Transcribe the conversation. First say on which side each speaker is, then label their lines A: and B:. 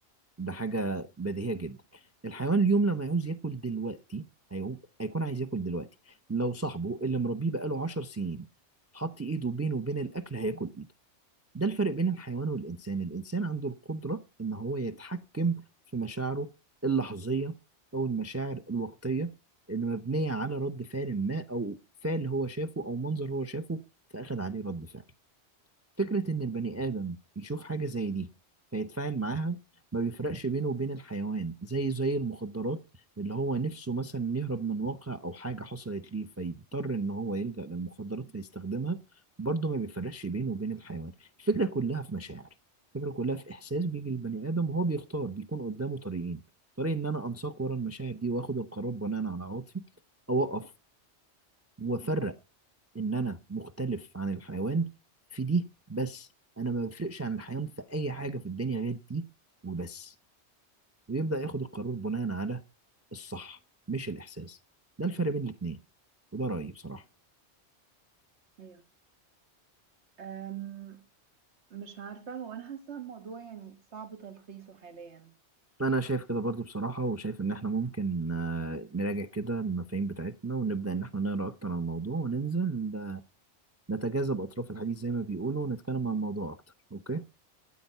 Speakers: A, on the right; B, on the right.
A: ده حاجة بديهية جدا الحيوان اليوم لما يعوز ياكل دلوقتي هيعو- هيكون عايز ياكل دلوقتي لو صاحبه اللي مربيه بقاله عشر سنين حط ايده بينه وبين الاكل هياكل ايده ده الفرق بين الحيوان والانسان الانسان عنده القدرة ان هو يتحكم في مشاعره اللحظية او المشاعر الوقتية اللي مبنية على رد فعل ما او فعل هو شافه او منظر هو شافه فاخد عليه رد فعل فكرة إن البني آدم يشوف حاجة زي دي فيتفاعل معاها ما بيفرقش بينه وبين الحيوان زي زي المخدرات اللي هو نفسه مثلا يهرب من واقع أو حاجة حصلت ليه فيضطر إن هو يلجأ للمخدرات فيستخدمها برضه ما بيفرقش بينه وبين الحيوان الفكرة كلها في مشاعر الفكرة كلها في إحساس بيجي للبني آدم وهو بيختار بيكون قدامه طريقين طريق إن أنا أنساق ورا المشاعر دي وآخد القرار بناء على عواطفي أو أقف وأفرق ان انا مختلف عن الحيوان في دي بس انا ما بفرقش عن الحيوان في اي حاجه في الدنيا غير دي وبس ويبدا ياخد القرار بناء على الصح مش الاحساس ده الفرق بين الاتنين وده رايي بصراحه
B: ايوه أم مش عارفة هو انا حاسة الموضوع يعني صعب تلخيصه حاليا
A: انا شايف كده برضو بصراحه وشايف ان احنا ممكن آه، نراجع كده المفاهيم بتاعتنا ونبدا ان احنا نقرا اكتر عن الموضوع وننزل آه، نتجاذب اطراف الحديث زي ما بيقولوا ونتكلم عن الموضوع اكتر اوكي